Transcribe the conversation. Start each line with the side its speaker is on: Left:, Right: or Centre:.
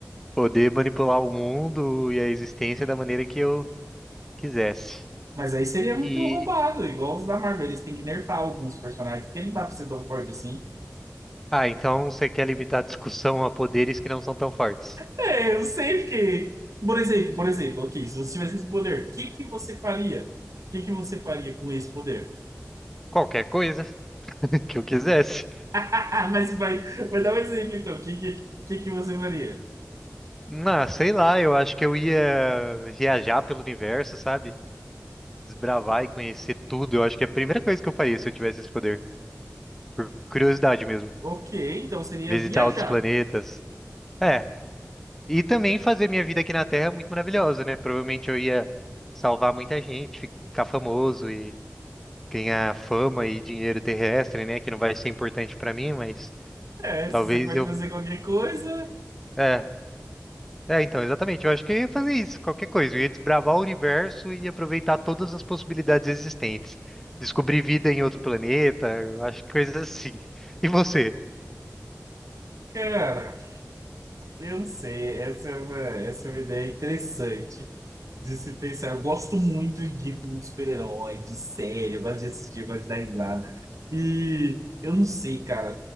Centre: poder manipular o mundo e a existência da maneira que eu quisesse.
Right: Mas aí seria muito
Centre: E,
Right: roubado, igual os da Marvel. Eles têm que nerfar alguns personagens, porque não dá pra ser tão forte assim.
Centre: ah, então você quer limitar a discussão a poderes que não são tão fortes?
Right: É, eu sei que. Por exemplo, por exemplo, ok, se você tivesse esse poder, o que que você faria? O que que você faria com esse poder?
Centre: Qualquer coisa <laughs> que eu quisesse.
Right: <laughs> Mas vai, vai dar um exemplo, então. O que que, o que que você faria?
Centre: Ah, sei lá, eu acho que eu ia viajar pelo universo, sabe? Desbravar e conhecer tudo. Eu acho que é a primeira coisa que eu faria se eu tivesse esse poder. Por curiosidade mesmo.
Right: Ok, então seria
Centre: Visitar
Right: viajar.
Centre: outros planetas, É, e também fazer minha vida aqui na Terra é muito maravilhosa, né? Provavelmente eu ia salvar muita gente, ficar famoso e ganhar fama e dinheiro terrestre, né? Que não vai ser importante pra mim, mas
Right: É,
Centre: talvez
Right: se você pode
Centre: eu.
Right: fazer qualquer coisa,
Centre: É, é, então, exatamente. Eu acho que eu ia fazer isso, qualquer coisa. Eu ia desbravar o universo e aproveitar todas as possibilidades existentes. Descobrir vida em outro planeta, eu acho que coisas assim. E você?
Right: cara. Eu não sei, essa é uma, essa é uma ideia interessante de se pensar. Eu gosto muito de filme de super-herói, de série, eu gosto de assistir, eu gosto de dar risada. E eu não sei, cara,